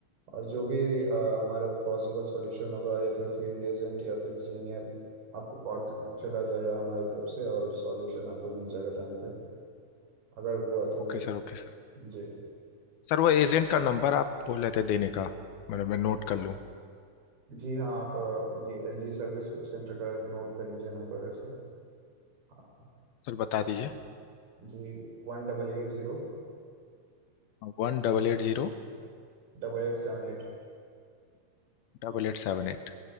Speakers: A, on the right (about 70°); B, on the left (about 75°).
A: और जो भी अ, हमारे पॉसिबल सॉल्यूशन होगा या फिर फील्ड एजेंट या फिर सीनियर आपको कॉल चला जाएगा हमारी तरफ से और सॉल्यूशन आपको मिल जाएगा टाइम पे अगर वो ऑथेंटिक
B: Okay sir okay sir
A: जी
B: Sir वो एजेंट का नंबर आप बोल रहे थे देने का मतलब मैं नोट कर लूँ
A: जी हाँ आप अ, ये एल जी सर्विस सेंटर का नोट कर लीजिए नंबर ऐसे हाँ,
B: सर बता दीजिए
A: जी वन डबल एट जीरो
B: वन डबल एट जीरो
A: डबल एट सेवन एट
B: डबल एट सेवन एट